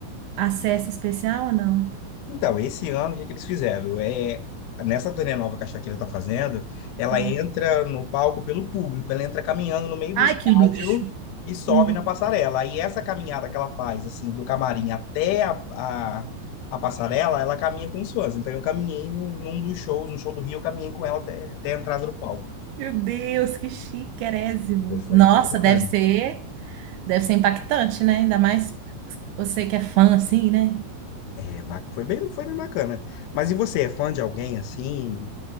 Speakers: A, on the right (about 80°); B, on the left (about 80°).
A: acesso especial ou não?
B: Então, esse ano, o que é que eles fizeram? É, nessa turnê nova que a Shakira tá fazendo, ela
A: Ah.
B: entra no palco pelo público, ela entra caminhando no meio do
A: Ai,
B: estádio
A: que luxo.
B: e sobe
A: Hum.
B: na passarela. Aí essa caminhada que ela faz, assim, do camarim até a, a, a passarela, ela caminha com os fãs. Então, eu caminhei num, num dos shows, no show do Rio, eu caminhei com ela até, até a entrada do palco.
A: Meu Deus, que chiquérrimo.
B: Foi, foi,
A: Nossa,
B: foi bacana.
A: deve ser. Deve ser impactante, né? Ainda mais você que é fã, assim, né?
B: É, ba- foi bem, foi bem bacana. Mas e você, é fã de alguém assim?